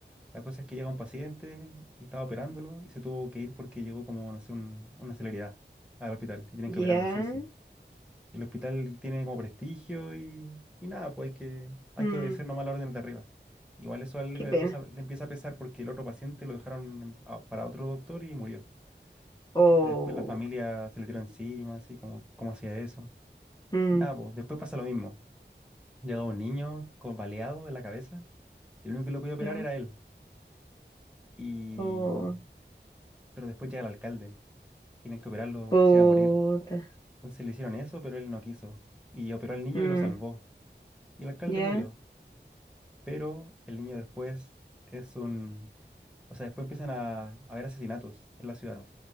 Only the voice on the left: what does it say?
ya.
Mm,
qué pena.
Oh,
mm,
ya.
Oh,
puta.
Mm,
ya,